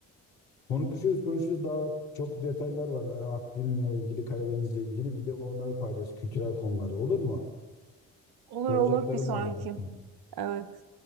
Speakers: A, on the left; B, on the right.
A: Konuşuyoruz konuşuyoruz. Daha çok detaylar var. Ha, Artvin'le ilgili, Karadeniz'le ilgili. Bir de onları paylaş. Kültürel konuları. Olur mu?
B: Olur
A: Soracaklarım
B: olur. Bir sonraki.
A: var yani.
B: Evet.